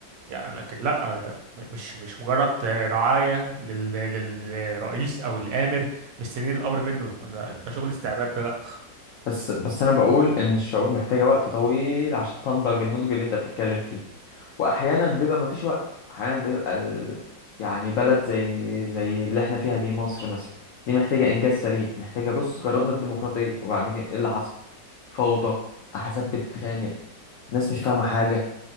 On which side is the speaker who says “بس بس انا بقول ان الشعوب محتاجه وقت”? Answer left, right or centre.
Left